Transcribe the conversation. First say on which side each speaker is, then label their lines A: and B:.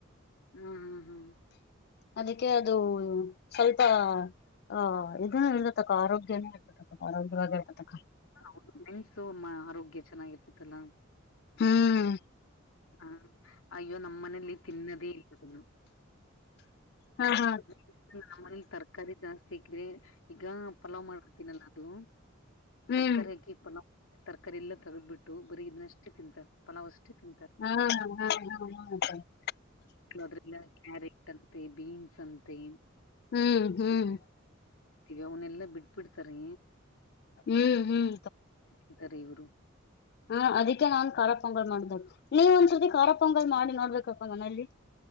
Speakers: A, on the left; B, on the left.
A: ಹ್ಮ್ ಹ್ಮ್ ಹ್ಮ್
B: ಅದಕ್ಕೆ ಅದು ಸ್ವಲ್ಪ ಆಹ ಇದನ್ನ ನಿಲ್ಲ ತಕ್ಕ ಆರೋಗ್ಯನೂ ಇತ ಆರೋಗ್ಯವಾಗಿ ಅಕ್ಕ
A: ಹೌದು ಮೆನ್ಸು ಮ ಆರೋಗ್ಯ ಚೆನ್ನಾಗಿರ್ತತಲ್ಲ
B: ಹ್ಮ್
A: ಹ್ಮ ಅಯ್ಯೋ ನಮ್ಮ ಮನೆ ಯಲ್ಲಿ ತಿನ್ನದೇ ಇಲ್ಲ
B: ಹಾ ಹಾ
A: ಗೊತ್ತಾ ನಮಲ್ಲಿ ತರಕಾರಿ ಜಾಸ್ತಿ ಆಕಿದ್ರೆ ಈಗ ಪಲಾವ್ ಮಾಡ್ಬಿಡ್ತೀನಲ್ಲ ಅದು
B: ಹ್ಮ್
A: ತರಕಾರಿಯಾಕಿ ಪಲಾವ್ ತರಕಾರಿ ಎಲ್ಲ ತಗ್ಬಿಟ್ಟು ಬರಿ ಇದ್ನಷ್ಟೇ ತಿಂತಾರೆ ಪಲಾವ್ ಅಷ್ಟೇ ತಿಂತಾರೆ
B: ಹ್ಮ್ ಹ್ಮ್ ಹ್ಮ್ ಹ್ಮ
A: ಅದ್ರಲ್ಲ ಕ್ಯಾರೆಟ್ ಅಂತೆ ಬೀನ್ಸ್ ಅಂತೆ
B: ಹ್ಮ್ ಹ್ಮ್
A: ಇವನ್ನೆಲ್ಲ ಬಿಟ್ಬಿಡ್ತಾರೆ
B: ಹ್ಮ್ ಹ್ಮ್
A: ಅಂತಾರೆ ಇವರು
B: ಹಾ ಅದಕ್ಕೆ ನಾನ್ ಖಾರ ಪೊಂಗಲ್ ಮಾಡ್ದ ನೀವ್ ಒಂದ್ಸರ್ತಿ ಖಾರ ಪೊಂಗಲ್ ಮಾಡಿ ನೋಡ್ಬೇಕಪ್ಪ ಮನಲಿ